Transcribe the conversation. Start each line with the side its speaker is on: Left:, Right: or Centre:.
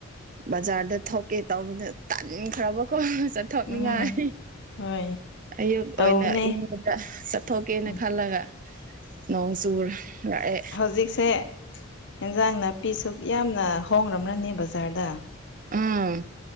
Right: ꯕꯖꯥꯔꯗ ꯊꯣꯛ ꯀꯦ ꯇꯧꯕꯗ ꯇꯟꯈ꯭ꯔꯕꯀꯣ ꯆꯠꯊꯣꯛꯅꯤꯡꯉꯥꯏ
Left: ꯎꯝ ꯍꯣꯏ
Right: ꯑꯌꯨꯛ
Left: ꯇꯧꯕꯅꯦ
Right: ꯑꯣꯏꯅ ꯏꯪꯕꯗ ꯆꯠꯊꯣꯛꯀꯦꯅ
Left: ꯎꯝ
Right: ꯈꯜꯂꯒ ꯅꯣꯡ ꯆꯨꯔ ꯂꯥꯛꯑꯦ
Left: ꯍꯧꯖꯤꯛꯁꯦ ꯏꯟꯖꯥꯡ ꯅꯥꯄꯤ ꯁꯨ ꯌꯥꯝꯅ ꯍꯣꯡꯔꯝ꯭ꯔꯅꯤ ꯕꯖꯥꯔꯗ
Right: ꯎꯝ